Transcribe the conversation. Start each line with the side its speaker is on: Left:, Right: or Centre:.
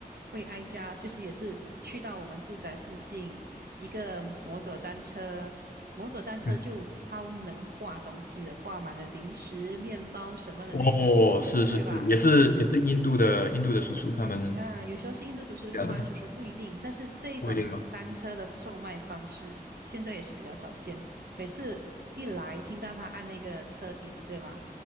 Right: 会哀家，就是也是去到我们住宅附近一个摩托单车，摩托单车就超能挂东西的，
Left: 嗯，
Right: 挂满了零食、面包什么的那个，
Left: 哦，是是是，
Right: 对吧？
Left: 也是也是印度的印度的叔叔他们
Right: 嗯，有时候是印度叔叔，有时候华人叔叔不一定，
Left: 家的吧？
Right: 但是这一种单车的售卖方式现在也是比较少见。
Left: 不一定吗？
Right: 每次一来，听到他按那个车笛，对吗？